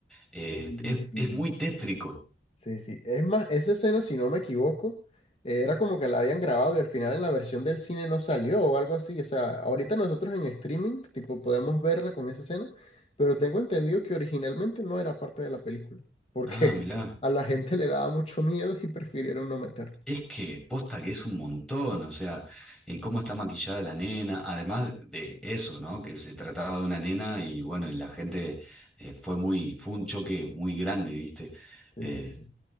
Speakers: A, in the centre; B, on the left.
A: eh,
B: Sí,
A: es,
B: sí.
A: es muy tétrico.
B: Sí, sí. Es más, esa escena, si no me equivoco, eh, era como que la habían grabado y al final en la versión del cine no salió o algo así. O sea, ahorita nosotros en streaming, tipo, podemos verla con esa escena, pero tengo entendido que originalmente no era parte de la película, porque
A: Ah, mirá.
B: <laughs> a la gente le daba mucho miedo y prefirieron no meter.
A: Es que posta que es un montón, o sea, eh, cómo está maquillada la nena, además de eso, ¿no? Que se trataba de una nena y bueno, y la gente eh, fue muy, fue un choque muy grande, ¿viste?
B: Sí,
A: Eh,
B: sí.